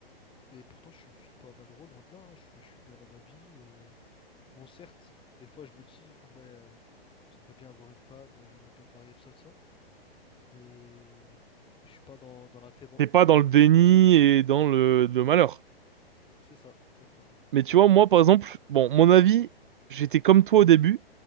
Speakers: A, on the left (about 15°); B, on the right (about 55°).
A: Et pourtant, je ne suis pas malheureux, loin de là. hein. Je suis, je suis bien dans ma vie. euh. Bon, certes, des fois, je me dis, ah ouais, euh, j'aimerais bien avoir une femme, euh, j'aimerais bien me marier, tout ça, tout ça. Mais, mais je suis pas dans, dans la dépen-
B: T'es pas
A: dépendance
B: dans le déni
A: affective.
B: et dans le, le malheur.
A: C'est ça, exactement.
B: Mais tu vois, moi, par exemple, bon, mon avis, j'étais comme toi au début.